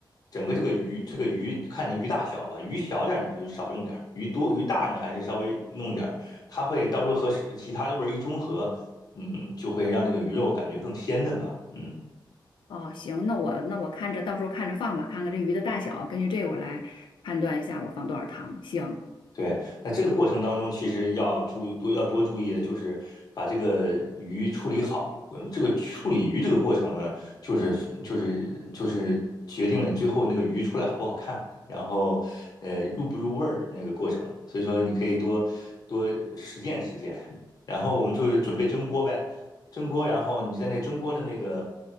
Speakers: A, on the left; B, on the left.
A: 整个这个鱼，这个鱼你看你鱼大小吧，鱼小点儿你就少用点儿，鱼多鱼大呢还是稍微弄点儿，它会到时候和其他的味儿一中和，嗯，就会让这个鱼肉感觉更鲜嫩吧，嗯。
B: 哦，行，那我那我看着到时候看着放吧，看看这鱼的大小，根据这个我来判断一下我放多少糖。行，
A: 对，那这个过程当中，其实要注多要多注意的就是把这个鱼处理好。嗯，这个处理鱼这个过程呢，就是就是就是决定了你最后那个鱼出来好不好看，然后呃入不入味儿那个过程。所以说你可以多多实践实践。然后我们就是准备蒸锅呗，蒸锅，然后你就在那蒸锅的那个